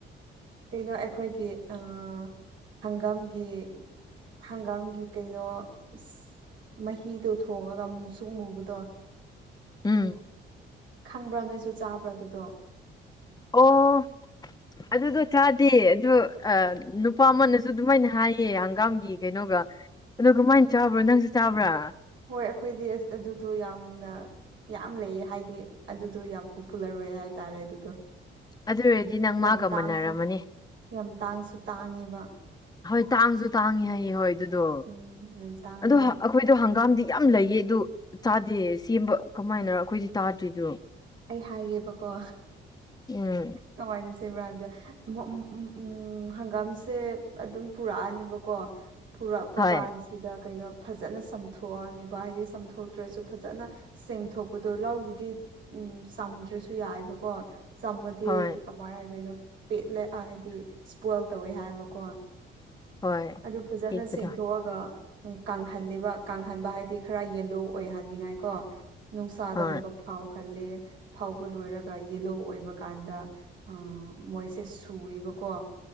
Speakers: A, on the right; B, on the left.
A: ꯀꯩꯅꯣ ꯑꯩꯈꯣꯏꯒꯤ ꯑꯥ ꯍꯪꯒꯥꯝꯒꯤ ꯍꯪꯒꯥꯝꯒꯤ ꯀꯩꯅꯣ <unintelligible> ꯃꯍꯤꯗꯣ ꯊꯣꯡꯉꯒ ꯃꯨꯁꯨꯛ ꯃꯨꯕꯗꯣ
B: ꯎꯝ
A: ꯈꯪꯕ꯭ꯔꯥ ꯅꯣꯏꯁꯨ ꯆꯕ꯭ꯔꯥ ꯑꯗꯨꯗꯣ
B: ꯑꯣ ꯑꯗꯨꯗꯣ ꯆꯥꯗꯦ ꯑꯗꯨ ꯑꯥ ꯅꯨꯄꯥ ꯑꯃꯅꯁꯨ ꯑꯗꯨꯃꯥꯏꯅ ꯍꯥꯏꯌꯦ ꯍꯪꯒꯥꯝꯒꯤ ꯀꯩꯅꯣꯒ ꯑꯗꯣ ꯀꯃꯥꯏꯅ ꯆꯥꯕ꯭ꯔꯣ ꯅꯪꯁꯨ ꯆꯥꯕ꯭ꯔꯥ
A: ꯍꯣꯏ ꯑꯩꯈꯣꯏꯗꯤ ꯑꯁ ꯑꯗꯨꯗꯣ ꯌꯥꯝꯅ ꯌꯥꯝ ꯂꯩꯌꯦ ꯍꯥꯏꯗꯤ ꯑꯗꯨꯗꯣ ꯌꯥꯝ ꯄꯣꯄꯨꯂꯔ ꯑꯣꯏ ꯍꯥꯏꯇꯥꯔꯦ ꯑꯗꯨꯗꯣ
B: ꯑꯗꯨ ꯑꯣꯏꯔꯗꯤ ꯅꯪ
A: ꯌꯥꯝ
B: ꯃꯥꯒ
A: ꯇꯥꯡꯁꯨ
B: ꯃꯟꯅꯔꯝꯃꯅꯤ
A: ꯌꯥꯝ ꯇꯥꯡꯁꯨ ꯇꯥꯡꯉꯦꯕ
B: ꯍꯣꯏ ꯇꯥꯡꯁꯨ ꯇꯥꯡꯉꯤ ꯍꯥꯏꯌꯦꯦ ꯍꯣꯏ ꯑꯗꯨꯗꯣ
A: ꯎꯝ ꯌꯥꯝ ꯇꯥꯡꯕꯅꯦ
B: ꯑꯗꯨ <unintelligible> ꯈꯣꯏꯗꯣ ꯍꯪꯒꯥꯝꯗꯤ ꯌꯥꯝ ꯂꯩꯌꯦ ꯑꯗꯨ ꯆꯥꯗꯦ ꯁꯦꯝꯕ ꯀꯃꯥꯏꯅ ꯑꯩꯈꯣꯏꯗꯤ ꯇꯥꯗ꯭ꯔꯤꯗꯣ
A: ꯑꯩ ꯍꯥꯏꯒꯦꯕꯀꯣ
B: ꯎꯝ
A: ꯀꯃꯥꯏꯅ ꯁꯦꯝꯕ꯭ꯔ ꯍꯥꯏꯕꯗ <unintelligible> ꯍꯪꯒꯥꯝꯁꯦ ꯑꯗꯨꯝ ꯄꯨꯔꯛꯑꯅꯦꯕꯀꯣ ꯄꯨꯔꯛꯄ
B: ꯍꯣꯏ
A: ꯀꯥꯟꯁꯤꯗ ꯀꯩꯅꯣ ꯐꯖꯅ ꯆꯝꯊꯣꯛꯑꯅꯤꯕ ꯍꯥꯏꯗꯤ ꯆꯝꯊꯣꯛꯇ꯭ꯔꯁꯨ ꯐꯖꯅ ꯁꯦꯡꯊꯣꯛꯄꯗꯣ ꯂꯥꯎꯒꯤꯗꯤ ꯎꯝ ꯆꯝꯗ꯭ꯔꯁꯨ ꯌꯥꯏꯕꯀꯣ ꯆꯝꯃ <unintelligible>
B: ꯍꯣꯏ
A: ꯀꯃꯥꯏ ꯍꯥꯏꯗꯣꯏꯅꯣ ꯄꯦꯠꯂꯦ ꯑꯥ ꯍꯥꯏꯗꯤ ꯁꯄꯣꯏꯜ ꯇꯧꯋꯦ ꯍꯥꯏꯕꯀꯣ
B: ꯍꯣꯏ
A: ꯑꯗꯨ ꯐꯖꯅ
B: ꯇꯦꯛꯄꯗꯣ
A: ꯁꯦꯡꯊꯣꯛꯑꯒ ꯎꯝ ꯀꯪꯍꯜꯂꯦꯕ ꯀꯪꯍꯟꯕ ꯍꯥꯏꯗꯤ ꯈꯔ ꯌꯦꯜꯂꯣ ꯑꯣꯏꯍꯟꯅꯤꯡꯉꯥꯏ ꯀꯣ ꯅꯨꯡꯁꯥꯗꯒꯨꯝꯕ
B: ꯍꯣꯏ
A: ꯐꯥꯎꯍꯜꯂꯦ ꯐꯥꯎꯕ ꯂꯣꯏꯔꯒ ꯌꯦꯂꯣ ꯑꯣꯏꯕ ꯀꯥꯟꯗ ꯑꯥ ꯃꯣꯏꯁꯦ ꯁꯨꯋꯦꯕꯀꯣ